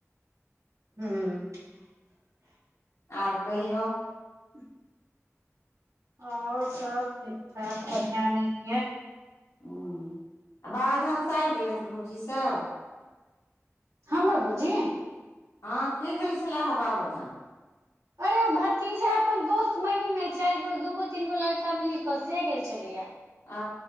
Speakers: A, on the right (about 80°); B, on the left (about 85°).
A: हूं
B: आर कहियौ
A: <inaudible> और सब ठीक ठाक बढ़िया नीके
B: हँ आ बाबाधाम से आबि गेलथि भौजी सब
A: हमर भौजी
B: हँ के गेल छलाह बाबाधाम
A: अरे भट भतीजा अपन दोस्त महीमे चारि गो दूगो तीन गो लड़का मिल क से गेल छलैया
B: आ